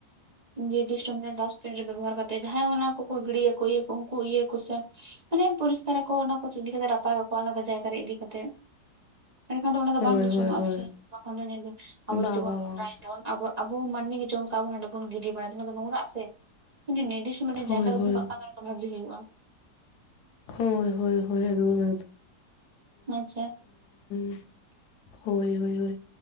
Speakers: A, on the right; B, on the left.
A: ᱱᱤᱨᱛᱤᱥᱛᱷᱚ ᱢᱤᱫᱴᱟᱝ ᱫᱟᱥᱼᱼ ᱨᱮ ᱵᱮᱵᱚᱦᱟᱨ ᱠᱟᱛᱮᱫ ᱡᱟᱦᱟᱸᱭ ᱚᱱᱟ ᱠᱚ ᱜᱤᱲᱤᱭᱟᱠᱚ ᱤᱭᱟᱹ ᱠᱚ ᱩᱱᱠᱩ ᱤᱭᱟᱹ ᱠᱚ ᱥᱮᱼᱼ ᱩᱱᱟᱹᱜ ᱯᱚᱨᱤᱥᱠᱟᱨ ᱟᱠᱚ ᱚᱱᱟ ᱠᱚ ᱪ ᱤᱫᱤ ᱠᱟᱛᱮ ᱨᱟᱯᱟᱜᱟᱠᱚ ᱟᱞᱟᱫᱟ ᱡᱟᱭᱜᱟ ᱨᱮ ᱤᱫᱤ ᱠᱟᱛᱮᱼᱼ ᱮᱱᱰᱮᱠᱷᱟᱱ ᱫᱚ ᱚᱱᱟ ᱫᱚ
B: ᱦᱳᱭ
A: ᱵᱟᱝ ᱫᱩᱥᱚᱱᱚᱜᱼᱟ
B: ᱦᱳᱭ ᱦᱳᱭ
A: ᱥᱮ ᱵᱟᱠᱷᱟᱱ ᱫᱚ ᱧᱮᱞᱵᱤᱱ ᱟᱵᱚ
B: ᱵᱟ
A: ᱡᱩᱫᱤ ᱵᱚᱱ
B: ᱵᱟ ᱵᱟᱝ
A: <unintelligible> ᱟᱵᱚᱣᱟᱜᱼᱼ ᱟᱵᱚ ᱢᱟᱹᱱᱢᱤ ᱜᱮ ᱡᱚᱢ ᱠᱟᱜ ᱵᱚᱱ ᱦᱟᱸᱰᱮ ᱵᱚᱱ ᱜᱤᱰᱤ ᱵᱟᱲᱟᱭ ᱫᱟ ᱚᱱᱟ ᱫᱚ ᱱᱚᱝᱨᱟᱜ ᱟᱥᱮ ᱡᱚᱫᱤ ᱱᱤᱨᱛᱤᱥᱴᱷᱚ ᱢᱤᱴᱟᱝ
B: ᱦᱳᱭ
A: ᱡᱟᱭᱜᱟ ᱨᱮᱼᱼ
B: ᱦᱳᱭ
A: ᱵᱷᱟᱞᱮ ᱦᱩᱭᱩᱜᱼᱟ᱾
B: ᱦᱳᱭ ᱦᱳᱭ ᱦᱳᱭ
A: ᱟᱪᱪᱷᱟ
B: <unintelligible> ᱦᱳᱭ ᱦᱳᱭ ᱦᱳᱭ,